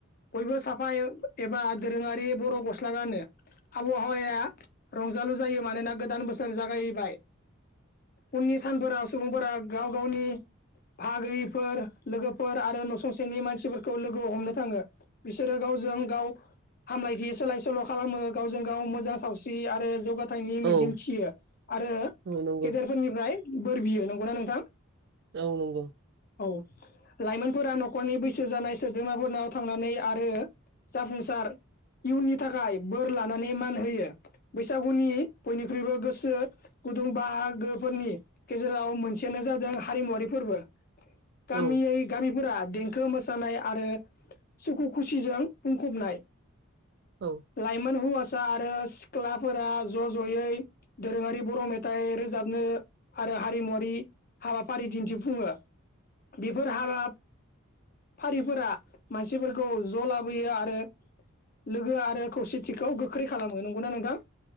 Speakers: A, on the left; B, on the right.
A: बयबो साफाय एबा दोरोङारि बर' गस स्ला गानो आबहावाया रंजालु जायो मानोना गोदान बोसोर जागायबाय। उननि सानफोराव सुबुंफोरा गाव गावनि फागोैयिफोर लोगोफोर आरो न'सुंसेनि मानसिफोरखौ लोगोआव हमनो थाङो बिसोरो गाव गजों गाव हामलायथि सोलाय सोल' खालामो गावजों गाव मोजां सावस्रि आरो जौ गाथायनि मिजिं
B: औ
A: थियो आरो
B: औ नंगौ
A: गेदेरफोरनिफ्राय बोर बियो नंगौना नोंथां?
B: औ नंगौ
A: औ लाइमोनफोरा न'खरनि बैसो जानाय सोद्रोमाफोरनाव थांनानै आरो जाफुंसार इउनिट थाखाय बोर लानानै मान होयो बैसागुनि बयनिख्रुइबो गोसो गुदुं बाहागो गोफोरनि गेजेराव मोनसेयानो जादों हारिमुवरारि फोरबो। गामियै
B: औ
A: गामिफोरा देंखो मोसानाय आरो सुखु खुसिजों बुंफबनाय
B: औ
A: लाइमोन हौवा सा आरो सिख्लाफोरा ज' ज'यै दोरोङारि बर' मेथाइ रोजाबनो आरो आरो हारिमुवरारि हाबाफारि दिन्थिफुङो बेफोर हाबा फारिफोरा मानसिफोरखौ ज' लाबोयो आरो लोगो आरो खौसेथिखौ गोख्रै खालामो नंगौना नोंथां?